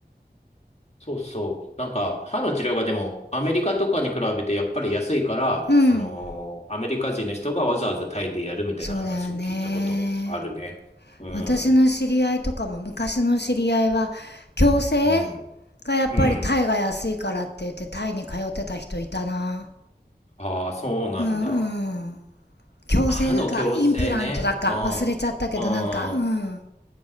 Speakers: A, on the left; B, on the left.
A: そうそう。なんか、歯の治療がでも、アメリカとかに比べてやっぱり安いから、
B: うん。
A: その、アメリカ人の人がわざわざタイでやるみたいな話も聞いたことあるね。
B: そうだよね。
A: うん。
B: 私の知り合いとかも昔の知り合いは、矯正
A: うん。
B: がやっぱりタイが安いからって言ってタイに通ってた人いたな。
A: うん。ああ、そうなんだ。
B: うんうん。矯正だか、
A: 歯の矯正ね。
B: インプラントだか、
A: うん。
B: 忘れちゃったけど、
A: うん。
B: なんか、うん。う